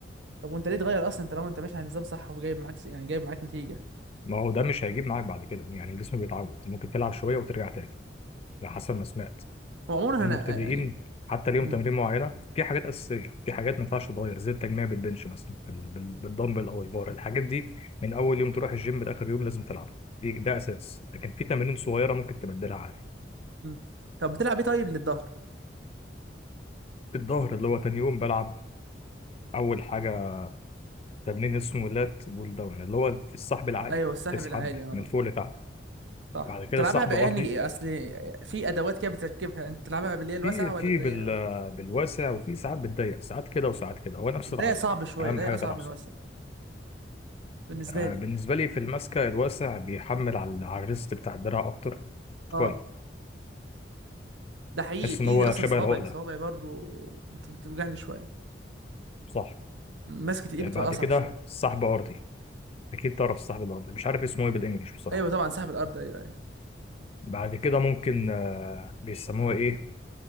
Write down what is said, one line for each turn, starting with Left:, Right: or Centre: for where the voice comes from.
Right: طب وانت ليه تغير اصلا طالما انت ماشي على نظام صح وجايب معاك س- يعني جايب معاك نتيجه
Left: ما هو ده مش هيجيب معاك بعد كده يعني الجسم بيتعود ممكن تلعب شويه وترجع تاني على حسب ما سمعت
Right: هو عموما
Left: ان
Right: انا
Left: المبتدئين
Right: يعني
Left: حتى ليهم
Right: م-
Left: تمارين معينه في حاجات اساسيه في حاجات ما ينفعش تتغير زي التجميع بالبنش مثلا بال- بال- بالدمبل او البار الحاجات دي من اول يوم تروح الجيم لاخر يوم لازم تلعبها دي ده اساس لكن في تمارين صغيره ممكن تبدلها عادي
Right: م. طب بتلعب ايه طيب للظهر
Left: الظهر اللي هو تاني يوم بلعب اول حاجه تمرين اسمه لات بول داون اللي هو السحب العالي
Right: ايوه السحب
Left: تسحب
Right: العالي اه
Left: من فوق لتحت
Right: صح
Left: بعد كده
Right: بتلعبها
Left: السحب
Right: بقى
Left: ارضي
Right: يعني اصل في ادوات كده بتركبها انت بتلعبها باللي هي الواسعه
Left: في
Right: ولا
Left: في
Right: الضيقه
Left: بال
Right: أوي؟
Left: بالواسع وفي ساعات بالضيق ساعات كده وساعات كده هو نفس
Right: الضيقه
Left: العضله
Right: صعب شويه
Left: اهم
Right: الضيقه
Left: حاجه
Right: اصعب
Left: تلعب
Right: من
Left: صح
Right: الواسعه بالنسبه
Left: آه،
Right: لي
Left: بالنسبه لي في المسكه الواسع بيحمل على على الريست بتاع الدراع اكتر
Right: اه
Left: شويه
Right: ده حقيقي
Left: بحس ان
Right: ايدي
Left: هو
Right: اصلا
Left: شبه
Right: صوابعي
Left: العقله
Right: صوابعي برضو بت- بتوجعني شويه
Left: صح
Right: مسكه الايد
Left: آه،
Right: بتبقى
Left: بعد
Right: اصعب
Left: كده
Right: شويه
Left: سحب ارضي اكيد تعرف السحب الارضي مش عارف اسمه ايه بالانجلش بصراحه
Right: ايوه طبعا سحب الارض ايوه ايوه
Left: بعد كده ممكن آه، بيسموها ايه